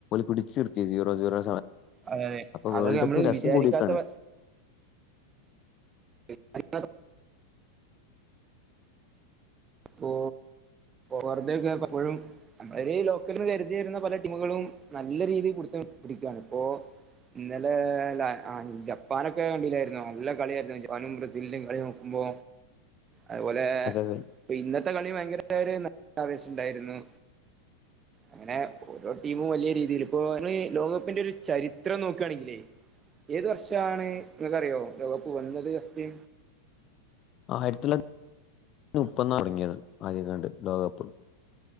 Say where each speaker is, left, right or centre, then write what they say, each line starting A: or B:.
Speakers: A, on the left (about 35°); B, on the right (about 20°).
A: പിടിച്ചിട്ത്തി സീറോ സീറോ
B: അതെ
A: അപ്പൊ
B: അതൊക്കെ
A: വേൾഡപ്പ്
B: നമ്മള്
A: രസം
B: വിചാരിക്കാത്ത
A: കൂടീക്കാണ്.
B: <inaudible> പ്പോ വറുതേക്കെ പ്പോഴും ഒര് ലോക്കല്ന്ന് കര്തി വര്ന്ന പല ടീമ്കളും നല്ല രീതിയില് പുടുത്തം പിടിക്ക്യാണ്പ്പോ. ഇന്നലെ ല്ലാ ജപ്പാനൊക്കെ കണ്ടീലാര്ന്നോ? നല്ല കള്യായ്ര്ന്നു. ജപ്പാനും ബ്രസീല്ൻ്റേം കളി നോക്കുമ്പോ അയ്പോലേ...
A: അതെ അതെ
B: ഇപ്പൊ ഇന്നത്തെ കളി ഭയങ്കരൊര് നല്ല ആവേശണ്ടായ്ര്ന്നു. അങ്ങനെ ഓരോ ടീമും വല്യ രീതില് ഇപ്പോ അമ്മ്ളീ ലോകകപ്പിന്റെ ഒര് ചരിത്രം നോക്ക്വാണെങ്കിലേ ഏത് വർഷാണ് ഇങ്ങക്കറിയോ ലോക കപ്പ് വന്നത് ഫസ്റ്റ്
A: ആയിരത്തി തൊള്ളായിരത്തി മുപ്പത് ന്നാ തൊടങ്ങീത് ആദ്യെങ്ങാണ്ട് ലോകകപ്പ്.